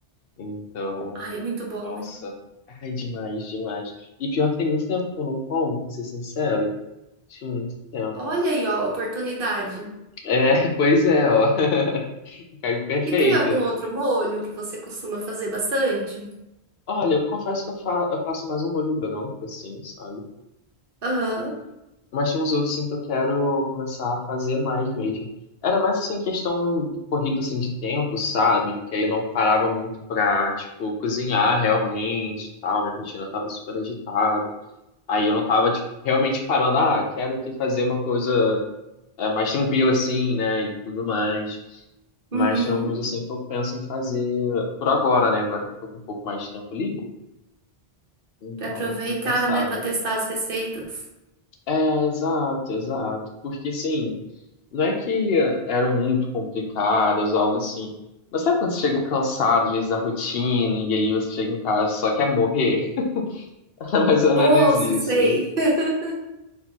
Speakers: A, on the left; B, on the right.
A: Então,
B: Ai, é muito bom,
A: nossa.
B: né?
A: Ai, demais, demais. E pior que tem muito tempo que eu não como, pra ser sincero. Tinha muito tempo.
B: Olha aí, ó, a oportunidade.
A: É, <laughs> pois é, ó. <laughs> Caiu perfeito.
B: E tem algum outro molho que você costuma fazer bastante?
A: Olha, eu confesso que eu, fa eu faço mais um molho branco, assim, sabe?
B: Aham.
A: Mas tem uns outros assim, que eu quero começar a fazer mais mesmo. Era mais assim questão corrida assim de tempo, sabe? Que aí eu não parava muito pra, tipo, cozinhar realmente, e tal, minha rotina tava super agitada. Aí eu não tava tipo realmente parando, ah, quero que fazer uma coisa é, mais tranquila assim, né, e tudo mais. Mas
B: Uhum.
A: tem alguns assim que eu penso em fazer por agora, né? Agora que eu tô com um pouco mais de tempo livre, então
B: Pra aproveitar,
A: eu tenho pensado.
B: né? Pra testar as receitas.
A: É, exato, exato. Porque assim, Não é que eram muito complicadas, algo assim. Mas sabe quando você chega cansado, às vezes, da rotina, e aí você chega em casa e só quer morrer? <laughs> Era mais ou menos
B: Oh, se
A: isso.
B: sei. <laughs>